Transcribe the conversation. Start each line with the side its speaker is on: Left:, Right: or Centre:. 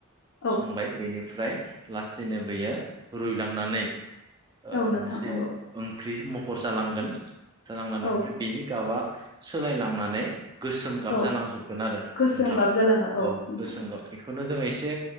Left: औ
Right: संबाय बेनिफ्राय लासैनो बेयो रुइलांनानै ओ
Left: औ नोंथां
Right: मोनसे
Left: नंगौ
Right: ओंख्रि महर जालांगोन जालांनानै
Left: औ
Right: ओमफ्राय बिनि गाबआ सोलायलांनानै गोसोम गाब
Left: औ
Right: जालांजोबगोन आरो
Left: गोसोम
Right: नोंथां
Left: गाब जालाङो
Right: औ
Left: नोंथां
Right: गोसोम गाब बेखौनो जोङो एसे